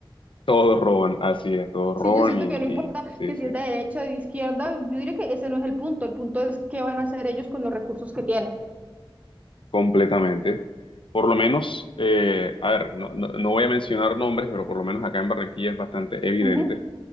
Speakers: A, on the left (about 70°); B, on the right (about 15°).
A: Todos roban, así es, todos
B: Sí,
A: roban
B: yo siento
A: y,
B: que
A: y
B: no importa
A: sí,
B: que
A: sí.
B: si es de derecha o de izquierda, yo diría que ese no es el punto. El punto es qué van a hacer ellos con los recursos que tienen.
A: Completamente. Por lo menos, eh, a ver, no, no- no voy a mencionar nombres, pero por lo menos acá en Barranquilla es bastante evidente
B: Ujú,